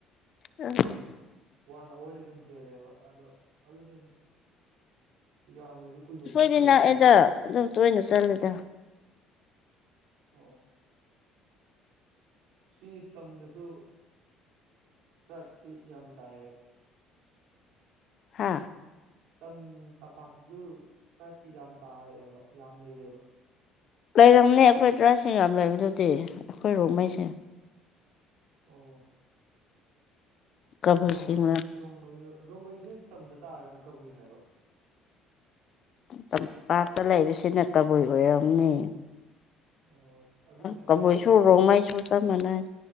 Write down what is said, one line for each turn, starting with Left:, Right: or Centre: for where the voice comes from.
Left: ꯎꯝ
Right: ꯋꯥꯟ ꯑꯋꯥꯔꯗꯤ ꯑꯗꯨꯝ ꯍꯦꯜꯂꯦꯕ ꯑꯗꯣ ꯑꯗꯨꯗꯤ ꯌꯥꯝꯅꯗꯤ ꯀꯨꯏꯅ
Left: ꯁꯣꯏꯗꯤ
Right: ꯆꯪꯗꯦꯅꯦ
Left: ꯅꯥꯛꯑꯦꯗꯥ
Right: ꯃꯇꯝ
Left: ꯑꯗꯨꯝ ꯇꯣꯏꯅ ꯆꯠꯂꯦꯗꯣ
Right: ꯑꯣ ꯁꯤ ꯇꯝꯗꯁꯨ ꯇ꯭ꯔꯥꯏꯞꯇꯤ ꯑꯥ ꯌꯥꯝ ꯇꯥꯏꯌꯦ
Left: ꯍꯥꯥ
Right: ꯇꯝ ꯇꯝꯄꯥꯛꯇꯁꯨ ꯇ꯭ꯔꯥꯏꯞꯇꯤ ꯌꯥꯝ ꯇꯥꯔꯛꯑꯦꯕ ꯌꯥꯝ ꯂꯩꯔꯦꯕ
Left: ꯂꯩꯔꯝꯅꯦ ꯑꯩꯈꯣꯏ ꯗ꯭ꯔꯥꯁꯤꯡ ꯌꯥꯝ ꯂꯩꯕꯗꯨꯗꯤ ꯑꯩꯈꯣꯏ ꯔꯣꯡꯉꯩꯁꯦ
Right: ꯑꯣ
Left: ꯀꯕꯨꯏꯁꯤꯡ
Right: ꯑꯣ ꯔꯣꯡ ꯔꯣꯡꯃꯩ ꯔꯣꯡꯃꯩꯁꯦ ꯇꯝꯗ ꯇꯥꯔꯒꯅ ꯀꯕꯨꯏ ꯍꯥꯏꯕ꯭ꯔꯣ
Left: ꯇꯝꯄꯥꯛꯇ ꯂꯩꯕꯁꯤꯅ ꯀꯕꯨꯏ ꯑꯣꯏꯔꯝꯅꯦ
Right: ꯑꯣ ꯑꯗꯨꯅꯦ ꯑꯩꯁꯨ
Left: ꯀꯕꯨꯏ ꯁꯨ
Right: ꯔꯣꯡ
Left: ꯔꯣꯡꯃꯩꯁꯨ ꯆꯞ ꯃꯥꯟꯅꯦ